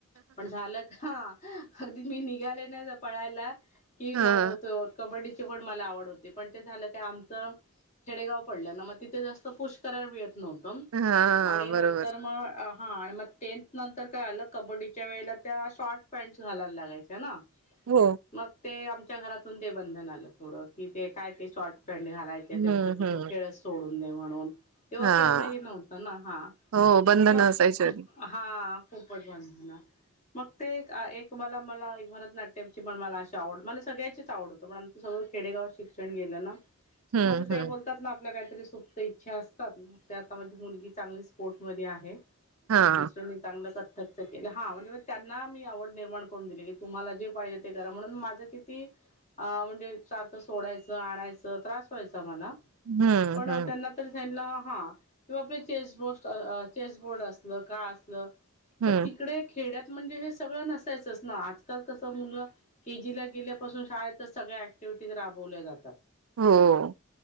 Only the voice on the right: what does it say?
हां
हां
बरोबर
हो.
हम्म
हम्म
हां
हो बंधन
असायची आधी
हम्म
हम्म
हां
हम्म
हम्म
हम्म
हो